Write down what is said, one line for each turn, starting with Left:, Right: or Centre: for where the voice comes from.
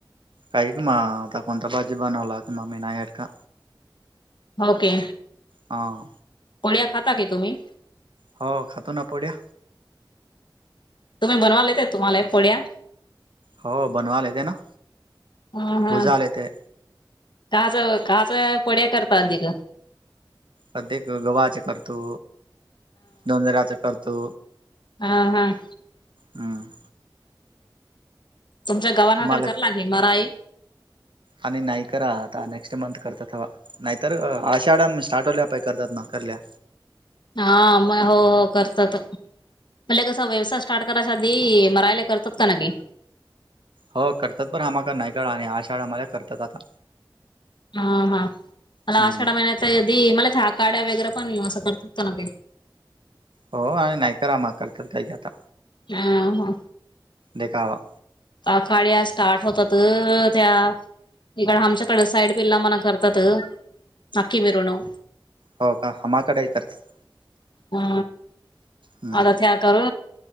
Right: काही क मा. आता कोंता बाजी बणवला लाख मामी ना याट का.
Left: ओके
Right: हां
Left: पोळ्या खाता काी तुम्ही
Right: हो खातो नपड्या
Left: तुम्ही बनवालाेत तुम्हाला एक पड्या
Right: हो बनवालाेत ना
Left: हा हा
Right: भुजाला येते
Left: काच काच पड्या करतात अधिक
Right: कधक गव्हाचे करतो दोंदराचं करतो
Left: हम हम
Right: हम्म
Left: तुमच्या गवानाकड
Right: तुम्हाला
Left: कला आहे मराय
Right: आणि नाही करा आता नेक्स्ट मंथ करतात हवा नाहीतर आषाढ्या स्टार्ट होल्या पाहि करतात ना करल्या
Left: हा मग हो हो करत म्हज कस व्यवसाय स्टार्ट तरराध मरायला करतात का की
Right: हो करतात पण हमा नाही काळा आणि आशाळाम्हाला करतात आता
Left: हा हा मला
Right: हम्म
Left: आषाढा महिन्याती मला त्याकाड्या वगैरे पण असं करतात का ना काही
Right: हो आणि नाही करामा करतात काही क आता
Left: हा ह
Right: देखावा
Left: आखाड्या स्टार्ट होत तर त्या इकड आमच्याकड साईड पिल्ला मना करतात नक्की मिरून हम्
Right: हो का हमाकडे करतात
Left: हा
Right: हम्म
Left: आता हथर कर